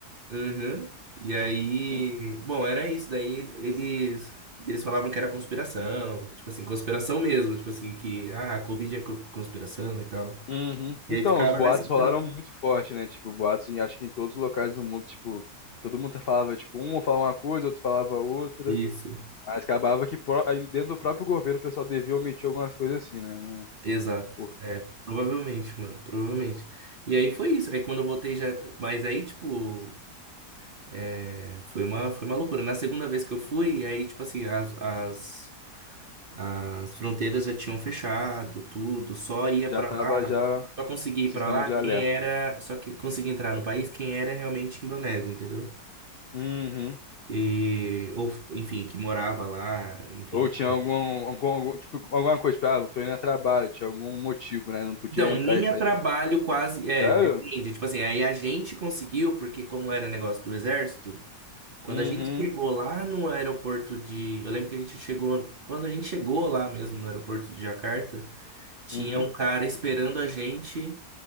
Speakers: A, on the right; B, on the left.
A: Uhum. E aí,
B: hum,
A: bom, era isso. Daí eles eles falavam que era conspiração, tipo assim, conspiração mesmo, tipo assim que ah, a Covid é co- conspiração e tal.
B: Uhum. Então,
A: E aí ficava
B: os boatos
A: nessa
B: rolaram
A: parada.
B: muito forte, né? Tipo, boatos, em- acho que em todos os locais do mundo, tipo, todo mundo falava, tipo, um falava uma coisa, outro falava outra.
A: Isso,
B: Mas acabava que pró- aí dentro do próprio governo o pessoal devia omitir algumas coisas assim, né?
A: exato.
B: Por
A: É, provavelmente, mano, provavelmente. E aí foi isso. Aí quando eu voltei já, mas aí tipo, é, foi uma foi uma loucura. Na segunda vez que eu fui, aí tipo assim, as as As fronteiras já tinham fechado, tudo, só ia
B: Já
A: pra
B: tava
A: lá,
B: já
A: só conseguia
B: sistema
A: ir pra lá
B: de
A: quem
B: alerta.
A: era, só que conseguia entrar no país quem era realmente indonésio, entendeu?
B: Uhum.
A: E ou enfim, que morava lá, enfim.
B: Ou tinha algum, algum, algum- tipo, alguma coisa, tipo, ah, eu tô indo a trabalho, tinha algum motivo, né? Não podia
A: Então,
B: entrar
A: nem
B: e sair
A: a trabalho
B: assim.
A: quase, é,
B: Sério?
A: depende, tipo assim, aí a gente conseguiu porque como era negócio do exército, quando
B: Uhum,
A: a gente chegou lá no aeroporto de, eu lembro que a gente chegou, quando a gente chegou lá mesmo no aeroporto de Jacarta, Tinha
B: uhum.
A: um cara esperando a gente